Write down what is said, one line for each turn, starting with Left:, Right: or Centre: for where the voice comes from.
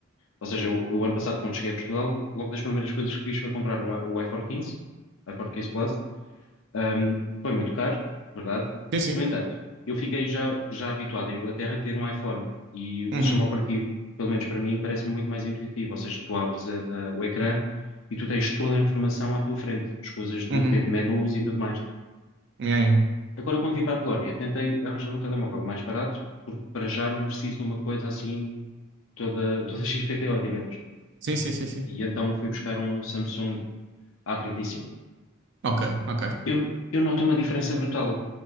Left: Ou seja, eu, eu ano passado, quando cheguei a Portugal, logo das primeiras coisas que fiz foi comprar um, i- o iPhone 15, iPhone 15 Plus, um, foi muito caro, verdade.
Right: Sim, sim.
Left: No entanto, eu fiquei já, já habituado à Inglaterra a ter um iPhone e o
Right: Uhum,
Left: sistema operativo, pelo menos para mim, parece-me muito mais intuitivo. Ou seja, tu abres a- a- o ecrã e tu tens toda a informação à tua frente, as coisas de
Right: uhum.
Left: ter menus e tudo mais.
Right: Yeah, yeah.
Left: Agora, quando vim para a Polónia, tentei arranjar um telemóvel mais barato, porque para já não preciso de uma coisa assim toda, toda <laughs> XPTO, digamos.
Right: Sim, sim, sim, sim.
Left: E então fui buscar um Samsung A35.
Right: Ok, ok.
Left: Eu, eu noto uma diferença brutal,